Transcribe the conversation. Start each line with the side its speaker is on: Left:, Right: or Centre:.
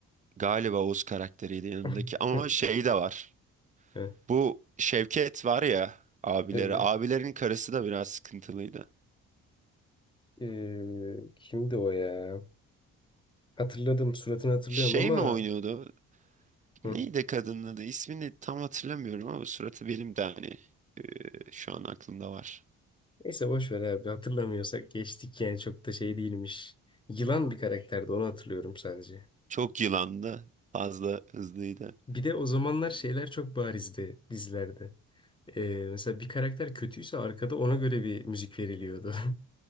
Right: Galiba Oğuz karakteriydi yanındaki
Left: <laughs>
Right: ama şey de var.
Left: Heh,
Right: Bu Şevket var ya abileri.
Left: Evet.
Right: Abilerin karısı da biraz sıkıntılıydı.
Left: Ee, kimdi o ya? Hatırladım suratını hatırlıyorum
Right: Şey
Left: ama...
Right: mi oynuyordu?
Left: Hı.
Right: Neydi kadının adı? İsmini tam hatırlamıyorum ama suratı benim de hani e, şu an aklımda var.
Left: Neyse boş ver abi hatırlamıyorsak geçtik yani çok da şey değilmiş. Yılan bir karakterdi onu hatırlıyorum sadece.
Right: Çok yılandı. Fazla hızlıydı.
Left: Bir de o zamanlar şeyler çok barizdi dizilerde. Ee, mesela bir karakter kötüyse arkada ona göre bir müzik veriliyordu. <laughs>